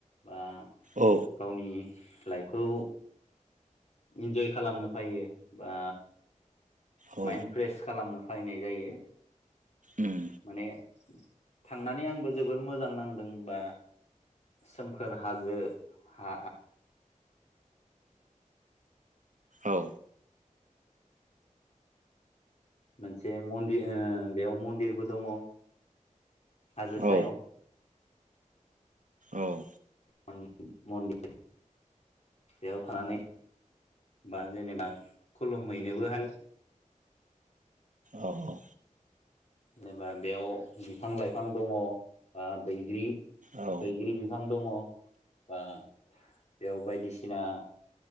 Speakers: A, on the left; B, on the right.
A: बा
B: औ
A: गावनि लाइफखौ इन्जय खालामनो फायो बा
B: औ
A: माइन्ड फ्रेस खालामनो फायनायनाय जायो <inaudible>
B: उम
A: माने थांनानै आंबो जोबोर मोजां नांदों बा सोमखोर हाजो हा
B: औ।
A: मोनसे मन्दिर ओ बेयाव मन्दिरबो दङ। हाजो सायाव‌।
B: औ औ।
A: आं मन्दिर। बेयाव थानानै बा जेनेबा खुलुमहैनोबो हायो।
B: औ औ।
A: जेनेबा बेयाव बिफां-लाइफां दङ बा बैग्रि
B: औ
A: बैग्रि बिफां दङ बा बेयाव बायदिसिना